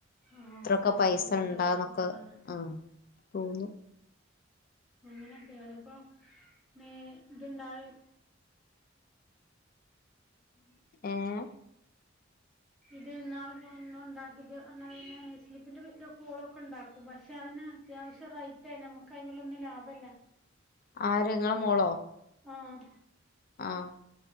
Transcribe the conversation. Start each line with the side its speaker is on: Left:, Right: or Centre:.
Centre: ആഹ്
Left: ത്രക്കെ
Centre: അതന്നെ
Left: പൈസ
Centre: കൂടുതലായി
Left: ഉണ്ടാന്നൊക്കെ
Centre: പോകുന്നാണ്
Left: ആഹ് മം തോന്നും
Centre: അങ്ങനെക്കേയാണിപ്പം നേ ഇത്ണ്ടായും പിശുക്കാ
Left: ഏഹ്
Centre: ഇതിന്നാള്പ്പം എണ്ണം ഉണ്ടാക്കിച്ച് പറഞ്ഞാപിന്നെ സ്ലിപ്പിന്റെ വിന്റെ കോളൊക്കെ ഉണ്ടാക്കും പക്ഷെ അതിന് അത്യാവശ്യം റൈ റ്റേ നമ്മക്കൈമേലൊന്നും ലാഭല്ല
Left: ആര് ങ്ങള മോളോ
Centre: ആഹ്
Left: ആഹ്